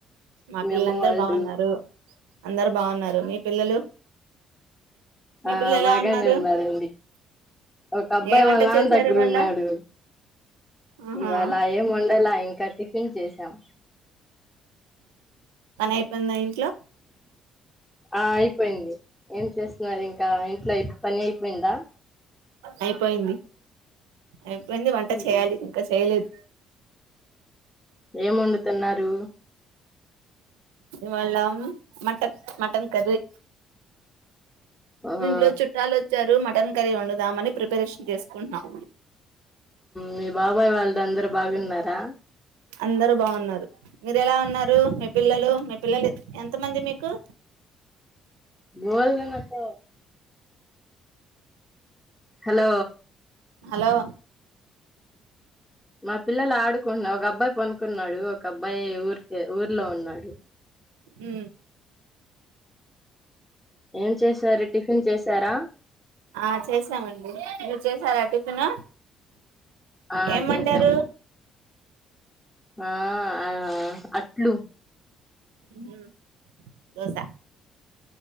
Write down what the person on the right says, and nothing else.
మా
పిల్లలందరు
బాగున్నారు అందరు బాగున్నారు మీ పిల్లలు మీ
పిల్లలు ఎలా
ఉన్నారు
ఏం వంట
చేశారు
ఇవాళ
ఆహా
పనయిపోయింద ఇంట్లో
అయిపోయింది అయిపోయింది వంట
చేయాలి ఇంకా చేయలేదు
ఇవాళ మటన్ మటన్ కర్రి
ఇంట్లో చుట్టాలు వచ్చారు మటన్ కర్రీ వండుదామని ప్రిపరేషన్ చేసుకుంటున్నాం
అందరు బాగున్నారు మీరు ఎలా ఉన్నారు మీ పిల్లలు మీ పిల్లలు ఎంతమంది మీకు
హలో
ఉ
ఆ చేసామండి మీరు చేసారా టిఫిన్
ఏం
వండారు
హ్మ్ దోసా